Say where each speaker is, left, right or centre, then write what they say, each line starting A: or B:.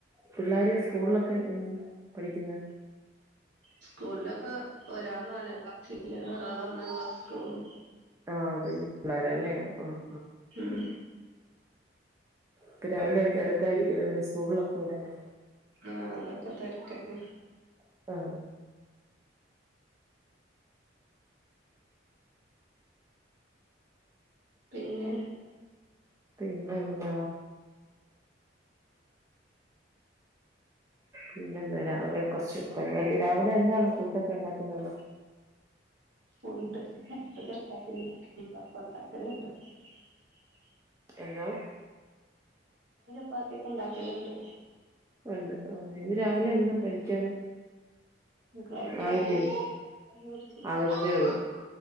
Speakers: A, on the right; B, on the right.
A: പിള്ളാര് സ്കൂളിലൊക്കെ ങ് പഠിക്കുന്ന
B: സ്കൂളിലൊക്കെ ഒരാള് നാലാം ക്ലാസ്ല് ഒരാള് ഒന്നാ ക്ലാസ്ക്ക്‌ പോവും
A: ആഹ് കുഞ്ഞു പിള്ളേരാല്ലേ ആഹ്
B: ഉ ഉം
A: ഇപ്പൊ രാവിലെ ഒരു തെരക്കായിരിക്കല്ലോ വരെസ്കൂളിലൊക്കെ വിടാന്
B: ആഹ് അതൊക്കെ തെരക്കെന്നേ
A: ആ ആ
B: പിന്നെ
A: പിന്നെന്താ? പിന്നെന്താ രാവ് ത്തെ കുറച്ച് പരിപാടി രാവിലെ എന്താണ് ഫുടൊക്കെ ഉണ്ടാക്കുന്നത്
B: ഉണ്ട് ചപ്പാത്തി <unintelligible>
A: എന്തോ
B: പ്പാത്യോക്കെണ്ടാക്കല്ണ്ട്
A: ഉണ്ട് ആഹ് ഇന്ന് രാവിലെ എന്താ കഴിക്കാന്?
B: ക്കൈറ്റാനാണ്
A: ആയില്ലേ
B: <unintelligible>
A: ആകുന്നതേ ഉള്ളൂ